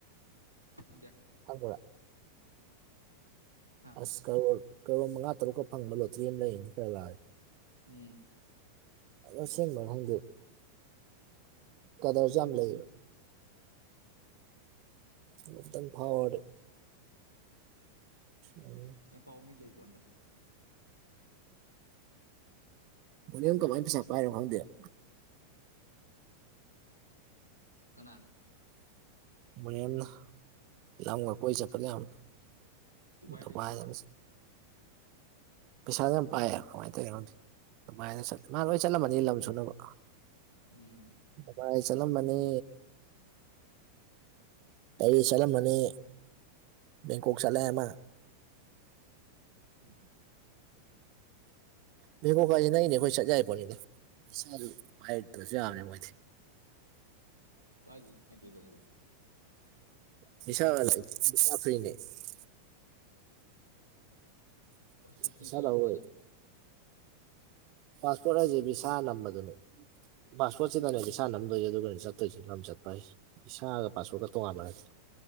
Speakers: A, on the left (about 85°); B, on the right (about 40°).
A: ꯈꯪꯗꯦ
B: ꯈꯪꯕ꯭ꯔ
A: ꯍꯥ
B: ꯑꯁ ꯀꯔꯣꯔ ꯀꯔꯣꯔ ꯃꯉꯥ ꯇꯔꯨꯛꯀ ꯐꯪꯕ ꯂꯣꯇ꯭ꯔꯤ ꯑꯃ ꯂꯩꯔꯤꯗꯤ ꯈꯔ ꯂꯥꯛꯑꯦ
A: ꯎꯝ
B: ꯑꯁꯦꯡꯕꯅ ꯈꯪꯗꯦꯕ ꯀꯂꯔꯁꯨ
A: ꯁꯦꯡꯕ
B: ꯌꯥꯝ ꯂꯩꯌꯦꯕ
A: ꯑꯣꯏꯔꯝꯒꯅꯤ
B: ꯅꯣꯡꯃꯇꯪ ꯐꯥꯎꯔꯗꯤ ꯎꯝ
A: ꯑꯦ ꯄꯥꯎ ꯃꯤ ꯂꯩꯕꯣꯟꯗ
B: ꯕꯣꯅꯤꯝ ꯀꯃꯥꯏꯅ ꯄꯩꯁꯥ ꯄꯥꯏꯔꯣ ꯈꯪꯗꯦꯕ
A: ꯀꯅꯥꯅꯣ
B: ꯕꯣꯅꯤꯌꯝ ꯗꯣ ꯂꯝꯒ ꯀꯣꯏ ꯆꯠꯄꯅꯦ ꯌꯥꯝ
A: ꯗꯨꯕꯥꯏ
B: ꯗꯨꯕꯥꯏꯒ
A: ꯂꯩꯗꯨꯗꯤ ꯃꯥ
B: ꯄꯩꯁꯥꯁꯨ ꯌꯥꯝ ꯄꯥꯏꯌꯦꯕ ꯀꯃꯥꯏꯅ ꯇꯧꯋꯔꯣꯝ ꯑꯗꯨꯃꯥꯏꯅ ꯆꯠꯂ ꯃꯥ ꯂꯣꯏ ꯆꯠꯂꯝꯃꯅꯤ ꯂꯝ ꯁꯨꯅꯕ
A: ꯎꯝ
B: ꯗꯨꯕꯥꯏ ꯆꯠꯂꯝꯃꯅꯤ ꯑꯩ ꯆꯠꯂꯝꯃꯅꯤ ꯕꯦꯡꯀꯣꯛ ꯆꯠꯂꯦ ꯑꯃ
A: ꯎꯝ
B: ꯚꯦꯕꯣꯀꯥꯏꯁꯤꯅ ꯑꯩꯅꯦ ꯑꯩꯈꯣꯏ ꯆꯠ ꯌꯥꯏ ꯄꯣꯠꯅꯤꯅꯦ ꯏꯁꯁꯥꯁꯨ ꯄꯥꯏꯔꯗ꯭ꯔꯁꯨ ꯌꯥꯝꯅꯦ ꯃꯣꯏꯗꯤ
A: ꯄꯥꯏꯗꯗꯤ ꯅꯨꯡꯉꯥꯏꯇ‌ꯦꯗ ꯃꯗꯨ
B: <unintelligible> ꯐꯔꯤꯅꯦ
A: ꯄꯁ ꯐꯇꯤ
B: ꯚꯤꯁꯥ
A: ꯆꯪꯅꯤꯗ
B: ꯂꯧꯔꯣꯏ ꯄꯥꯁꯄꯣꯔꯠ ꯍꯥꯏꯁꯦ ꯕꯤꯁꯥ ꯅꯝꯕꯗꯨꯅꯦ ꯄꯥꯁꯄꯣꯔꯠꯁꯤꯗꯅꯦ ꯕꯤꯁꯥ ꯅꯝꯗꯣꯏꯁꯦ ꯑꯗꯨꯒꯅꯦ ꯆꯠꯇꯣꯏꯁꯤꯅ ꯂꯝ ꯆꯠꯄ ꯍꯥꯏꯁꯦ ꯕꯤꯁꯥꯒ ꯄꯥꯁꯄꯣꯠꯒ ꯇ‌ꯣꯉꯥꯟꯕ ꯅꯠꯇꯦ